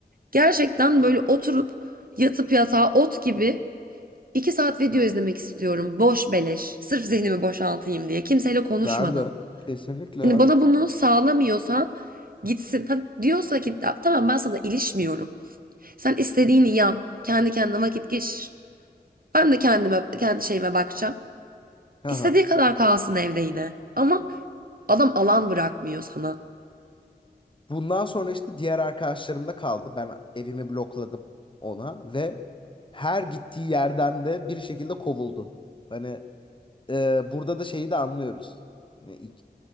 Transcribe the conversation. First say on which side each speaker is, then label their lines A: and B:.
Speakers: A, on the right (about 55°); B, on the left (about 30°).
A: gerçekten böyle oturup yatıp yatağa ot gibi 2 saat video izlemek istiyorum. Boş beleş. Sırf zihnimi boşaltayım diye. Kimseyle konuşmadan.
B: Ben de kesinlikle
A: Hani
B: ya.
A: bana bunu sağlamıyorsa gitsin. Ha, diyorsa ki tamam ben sana ilişmiyorum. Sen istediğini yap. Kendi kendine vakit geçir. Ben de kendime, kendi şeyime bakacağım.
B: Aha.
A: İstediği kadar kalsın evde yine. Ama adam alan bırakmıyor sana.
B: Bundan sonra işte diğer arkadaşlarım da kaldı. Ben evimi blokladım ona ve her gittiği yerden de bir şekilde kovuldu. Hani e, burada da şeyi de anlıyoruz. Hani ilk-